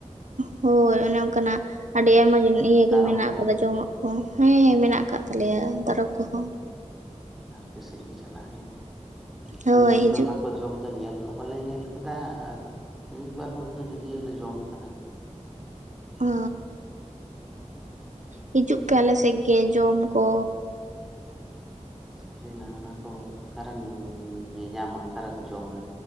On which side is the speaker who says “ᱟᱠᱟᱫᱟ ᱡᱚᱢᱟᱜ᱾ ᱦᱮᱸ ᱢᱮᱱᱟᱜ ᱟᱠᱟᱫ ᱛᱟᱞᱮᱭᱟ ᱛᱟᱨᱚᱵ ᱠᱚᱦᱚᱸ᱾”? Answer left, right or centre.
Right